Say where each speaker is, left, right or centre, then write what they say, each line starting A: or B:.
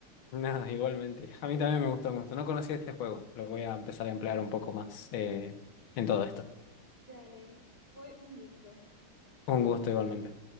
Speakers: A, on the left; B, on the left.
A: Nada, igualmente. A mí también me gustó mucho. No conocía este juego. Lo voy a empezar a emplear un poco más eh, en todo esto.
B: Dale, fue un gusto.
A: Un gusto igualmente.